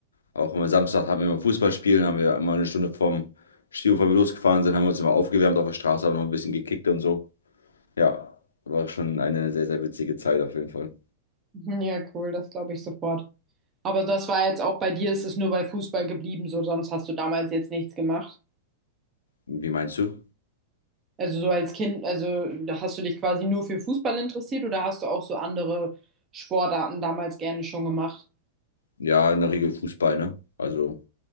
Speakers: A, on the left; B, on the right.
A: Auch immer Samstag hatten wir immer Fußballspielen, haben wir immer eine Stunde vom Stil, bevor wir losgefahren sind, haben wir uns immer aufgewärmt auf der Straße, haben noch ein bisschen gekickt und so. Ja, war schon eine sehr, sehr witzige Zeit auf jeden Fall.
B: Mhm, Ja, cool, das glaube ich sofort. Aber das war jetzt auch bei dir, ist es nur bei Fußball geblieben, so sonst hast du damals jetzt nichts gemacht.
A: Wie meinst du?
B: Also so als Kind, also da hast du dich quasi nur für Fußball interessiert oder hast du auch so andere Sportarten damals gerne schon gemacht?
A: Ja, in der Regel Fußball, ne? Also